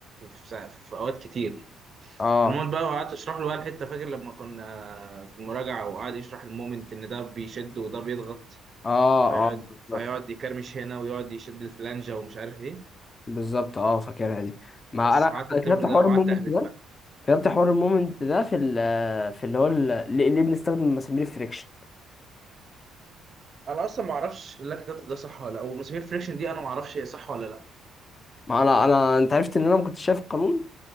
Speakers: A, on the right (about 40°); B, on the left (about 30°).
A: في في اوقات كتير
B: اه
A: المومنت بقى وقعدت اشرح له بقى الحته فاكر لما كنا في المراجعه وقعد يشرح المومنت ان ده بيشد وده بيضغط
B: اه
A: فيقعد
B: اه بالظبط
A: فيقعد يكرمش هنا ويقعد يشد الفلانجة ومش عارف ايه
B: بالظبط اه فاكرها دي ما
A: بس
B: انا
A: قعدت
B: أنا
A: اكتب
B: كتبت
A: له
B: حوار
A: ده وقعدت
B: المومنت
A: اهبط
B: ده.
A: بقى
B: فهمت حوار المومنت ده في ال في اللي هو ال- ليه ليه بنستخدم مسامير الفريكشن
A: انا اصلا ما اعرفش اللي أنا كتبته ده صح ولا لا ومسامير فريكشن دي انا ما اعرفش هي صح ولا لا
B: ما انا انا انت عرفت ان انا ما كنتش شايف القانون